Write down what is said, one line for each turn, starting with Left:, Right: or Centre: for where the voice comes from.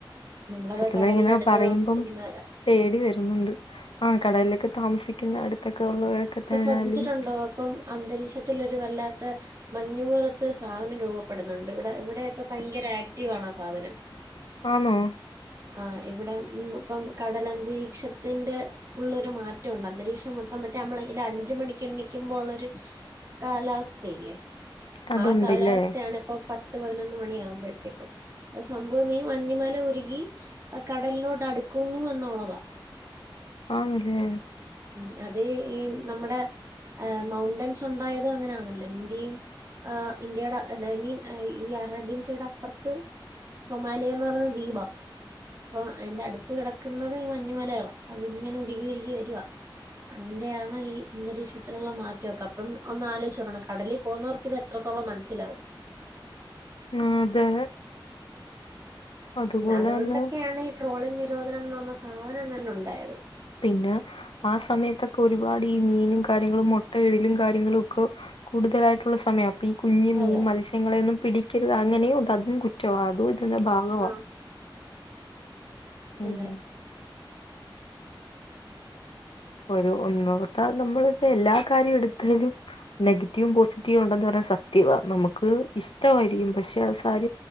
Right: നമ്മളൊക്കെ
Left: സത്യം
Right: കടലിന്റെ
Left: പറഞ്ഞാ ഇങ്ങനെ
Right: അടുത്ത്
Left: പറയ്മ്പം
Right: താമസിക്കുന്നവരാ
Left: പേടി വേര്ന്നോണ്ട് ആഹ് കടലൊക്കെ താമസിക്കുന്നാ അട്ത്തൊക്കെ ഉള്ളവരൊക്കെ
Right: ഇപ്പൊ
Left: തന്നാലും
Right: ശ്രദ്ധിച്ചിട്ടുണ്ടോ ഇപ്പം അന്തരീക്ഷത്തില് ഒര് വല്ലാത്ത മഞ്ഞ് പോലത്തെ ഒര് സാനം രൂപപ്പെടുന്നോണ്ട് ഇവടെ ഇവടെയൊക്കെ പയങ്കര ആക്റ്റീവാണ് ആ സാനം
Left: ആന്നോ
Right: ആഹ് ഇവടെ ഇപ്പം കടലന്തരീക്ഷത്തിന്റെ ഫുൾ ഒര് മാറ്റം ഒണ്ട് അന്തരീക്ഷം മൊത്തം മറ്റേ അമ്മ ഇല്ല അഞ്ച് മണിക്ക് എണ്ണിക്കുമ്പോ ഉള്ളൊരു കാലാവസ്ഥയില്ലേ
Left: അതുണ്ടല്ലേ
Right: ആ കാലാവസ്ഥയാണ് ഇപ്പൊ പത്ത് പതിനൊന്ന് മണി ആകുമ്പോഴത്തേക്കും ആ സംഭവം ഈ മഞ്ഞു മല ഉരുകി ആ കടലിനോട് അടുക്കുന്നു എന്നുള്ളത
Left: ആണ്ലെ
Right: ഉം അതെ ഈ നമ്മുടെ മൗണ്ടൻസ് ഉണ്ടായതും അങ്ങനെയാണല്ലോ ഇന്ത്യും ആ് ഇന്ത്യയുടെ ഐ മീൻ ഈ അറേബ്യൻ സീയുടെ അപ്പുറത്ത് സൊമാലിയന്ന് പറഞ്ഞ ദീപ അപ്പൊ അയിന്റെ അടുത്ത് കിടക്കുന്നത് ഈ മഞ്ഞുമലകള അതിങ്ങനെ ഉരുകി ഉരുകി വരുവാ അയിന്റെ ആാണ് ഈ അന്തരീക്ഷത്തിലുള്ള മാറ്റമൊക്കെ അപ്പം ഒന്ന് ആലോയിച്ച് നോക്കണം കടലിൽ പോകുന്നവർക്കിത് എത്രത്തോളം മനസ്സിലാവും
Left: അതെ അതുപോലെ
Right: അതുകൊണ്ടൊക്കെയാണ്
Left: തന്നെ
Right: ഈ ട്രോളിങ് നിരോധനംന്ന് പറഞ്ഞ സാധനം തന്നെ ഉണ്ടായത്
Left: പിന്നെ ആ സമയത്തൊക്കെ ഒരുപാട് ഈ മീനും കാര്യങ്ങളും മുട്ടയിടലും കാര്യങ്ങളും ഒക്കെ കൂടുതലായിട്ടുള്ള സമയം അപ്പൊ ഈ കുഞ്ഞ് മീൻ
Right: അതെ
Left: മത്സ്യങ്ങളെയൊന്നും പിടിക്കരുത് അങ്ങനെയു ഉണ്ട് അതും കുറ്റവാ അതും ഇതിന്റെ ഭാഗവാ
Right: ആഹ്
Left: ഉം
Right: അതെ
Left: ഹം ഒരു ഒന്നോർത്ത നമ്മളിപ്പോ എല്ലാ കാര്യം എടുത്താലും നെഗറ്റീവും പോസിറ്റീവും ഉണ്ടന്ന് പറഞ്ഞ സത്യവാ നമുക്ക് ഇഷ്ടമായിരിക്കും പക്ഷെ അത് സാര